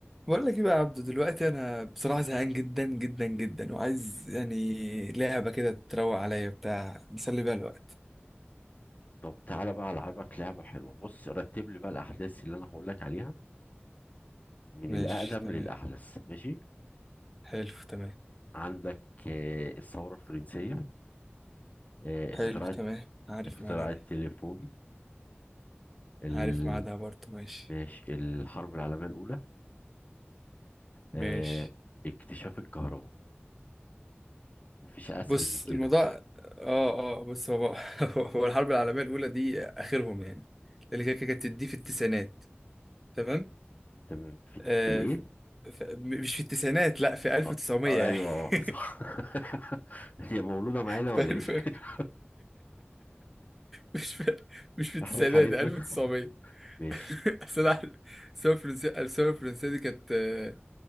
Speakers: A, in the centre; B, on the left (about 35°).
A: بقول لك ايه بقى يا عبدو دلوقتي انا بصراحه زهقان جدا جدا جدا وعايز يعني لعبه كده تروق عليا بتاع نسلي بيها الوقت
B: طب تعالى بقى العبك لعبه حلوه بص رتب لي بقى الاحداث اللي انا هقول لك عليها من
A: ماشي
B: الاقدم
A: تمام
B: للاحدث ماشي
A: حلو تمام
B: عندك آه، الثوره الفرنسيه آه، اخترعت
A: حلو تمام عارف
B: اختراع
A: ميعادها
B: التليفون
A: دي
B: ال...
A: عارف ميعادها برضه ماشي
B: ماشي الحرب العالميه الاولى
A: ماشي
B: آه، اكتشاف الكهرباء مفيش اسهل
A: بص
B: من كده
A: الموضوع اه اه بص هو <laughs> هو الحرب العالميه الاولى دي اخرهم يعني اللي كانت كانت دي في التسعينات تمام
B: تمام في,
A: آه
B: في الايه
A: ف... م- مش في التسعينات لا في 1900
B: آه، آه،
A: يعني
B: ايوه آه،
A: <laughs>
B: صح <laughs> هي مولوده معانا
A: في
B: ولا
A: 1000
B: ايه <laughs>
A: <laughs> مش في مش في التسعينات
B: احنا حاربنا
A: 1900
B: ماشي
A: <laughs> أصل أنا عارف الثورة الفرنسية الثورة الفرنسية دي كانت آه،